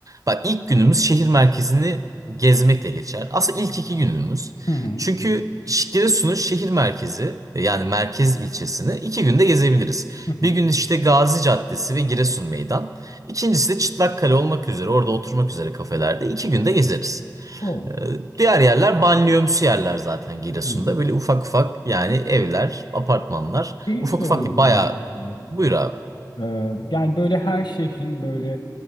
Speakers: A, on the right; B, on the left.
A: bak ilk günümüz şehir merkezini gezmekle geçer. Aslında ilk iki günümüz.
B: Hı hı.
A: Çünkü Ş- Giresun'un şehir merkezi yani merkez ilçesini iki günde gezebiliriz.
B: Hı hı.
A: Bir gün işte Gazi Caddesi ve Giresun Meydan. İkincisi de Çıtlakkale olmak üzere orada oturmak üzere kafelerde iki günde gezeriz.
B: Olur.
A: Ee, Diğer yerler banliyömsü yerler zaten Giresun'da.
B: Hı.
A: Böyle ufak ufak yani evler, apartmanlar.
B: Şeyi
A: Ufak
B: soracağım
A: ufak değil bayağı.
B: peki.
A: Buyur abi.
B: Ee, yani böyle her şehrin böyle